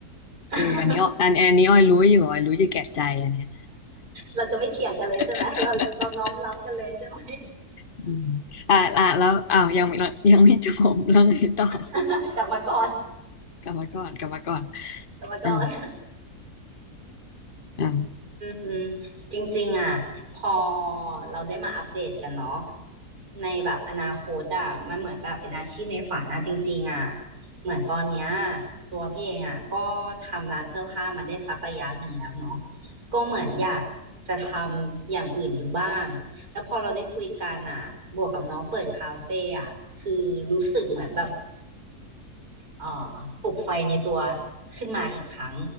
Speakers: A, on the right; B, on the left.
A: <laughs>
B: เอออันนี้ออันอันนี้ออยรู้อยู่ออยรู้อยู่แก่ใจอันเนี้ย
A: เราจะไม่เถียงกันเลยใช่ไหมเราเราน้อมรับกันเลยใช่ไหม
B: <laughs> อืมอ่าอ่าแล้วอ้าวยังไม่ยังไม่จบแล้วไงต่อ
A: <laughs> กลับมาก่อน
B: กลับมาก่อนกลับมาก่อน
A: กลับมาก่อน
B: อ่าอ่า
A: อืมจริงๆอ่ะพอเราได้มาอัปเดตกันเนาะในแบบอนาคตอ่ะมันเหมือนแบบเป็นอาชีพในฝันอ่ะจริงๆอ่ะเหมือนตอนเนี้ยตัวพี่เองอ่ะก็ทำร้านเสื้อผ้ามาได้สักระยะหนึ่งแล้วเนาะก็เหมือนอยากจะทำอย่างอื่นดูบ้างแล้วพอเราได้คุยกันอ่ะบวกกับน้องเปิดคาเฟ่อ่ะคือรู้สึกเหมือนแบบ เอ่อปลุกไฟในตัวขึ้นมาอีกครั้ง